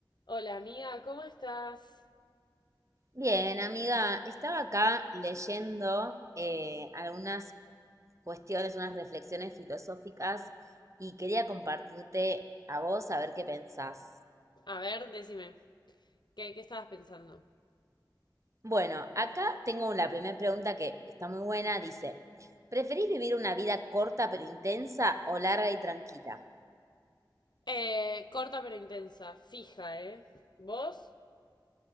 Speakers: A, on the left; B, on the right.
A: Hola amiga, ¿cómo estás?
B: Bien, amiga, estaba acá leyendo eh, algunas cuestiones, unas reflexiones filosóficas y quería compartirte a vos a ver qué pensás.
A: A ver, decime, ¿qué, qué estabas pensando?
B: Bueno, acá tengo la primera pregunta que está muy buena, dice, ¿preferís vivir una vida corta pero intensa o larga y tranquila?
A: Eh, corta pero intensa, fija, ¿eh? ¿Vos?